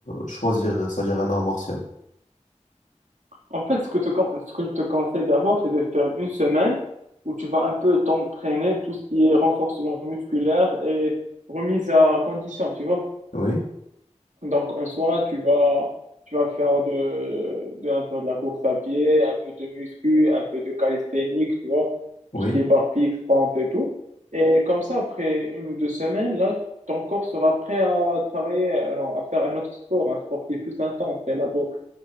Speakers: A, on the left; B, on the right.
A: choisir, c'est-à-dire un art martial?
B: En fait, ce que, te con- ce que je te conseille d'abord, c'est de faire une semaine où tu vas un peu t'entraîner tout ce qui est renforcement musculaire et remise à condition, tu vois.
A: Oui,
B: Donc, en soi, tu vas, tu vas faire de, de, un peu de la course à pied, un peu de muscu, un peu de calisthénique, tu vois.
A: oui.
B: Tout ce qui est barre fixe, pompe et tout. Et comme ça, après une ou deux semaines, là, ton corps sera prêt à travailler, alors, à faire un autre sport, un sport qui est plus intense, c'est la boxe.